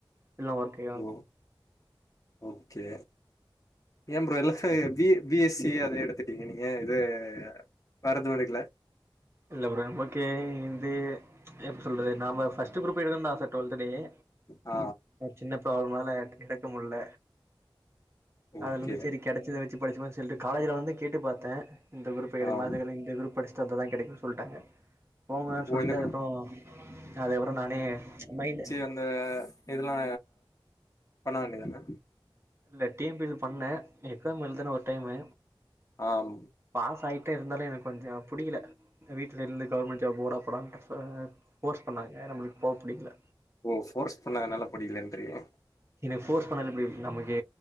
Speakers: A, on the right (about 30°); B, on the left (about 40°).
A: இல்ல ஒர்க்கு
B: ஓ ஓகே ஏ ப்ரோ எல்லா ஃப பி சி எஸ் சி அது எடுத் திட்டீங்க நீங்க இது வேற எதுவு எடிக்கல
A: இல்ல ப்ரோ நமக்கு வந்து எப்டி சொல்றது நாம ஃபஸ்ட் குரூப் எடுக்குனு தா ஆச டுவெல்துலயே
B: ஆ
A: சின்ன ப்ராப்ளம்னால எடு எடுக்க முடில
B: ஓகே
A: அதுலந்து சேரி கெடைச்சத வெ ச்சு படிச்சுபே சொல்லி காலேஜ்ல வந்து கேட்டு பாத்தே இந்த குரூப் கெடைகுமா
B: ஆ
A: அது இல்ல இந்த குரூப் படிச்சு வந்தாதா கெடைக்கு சொல்லிட்டாங்க போங்கனு
B: ஓ
A: சொல்ட்டு
B: இந்த
A: அதுக்கப்றோ அதுக்கப்புறோ நானே மைண்ட்
B: இந்த இதெல்லா பண்ண வேண்டியதானே
A: இல்ல டி எம் பி சி பண்ணே எக்ஸாம் எழுதுனே ஒரு டைமு
B: ஆம்
A: பாஸ் ஆயிட்டே இருந்தாலு எனக்கு கொஞ்ச புடிக்கல ஏ வீட்ல இருந்து கவர்மெண்ட் ஜாப் போடா போடான்டு இப்ப ஃபோர்ஸ் பண்ணாங்க நம்பளுக்கு போக புடிக்கல
B: ஓ ஃபோர்ஸ் பண்ணதனால படிக்கலன்றீங்க
A: என்னைய ஃபோர்ஸ் பண்ண எப்டி நமக்கு